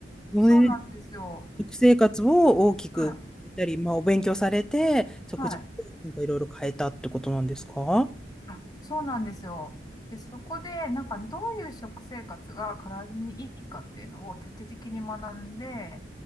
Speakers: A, in the centre; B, on the left.
A: それで
B: そうなんですよ。
A: 食生活を大きく変えたり、
B: はい。
A: まあ、お勉強されて、食事をなんかいろいろ変えたってことなんですか
B: はいあ、そうなんですよ。で、そこで、なんか、どういう食生活が体にいいかっていうのを徹底的に学んで、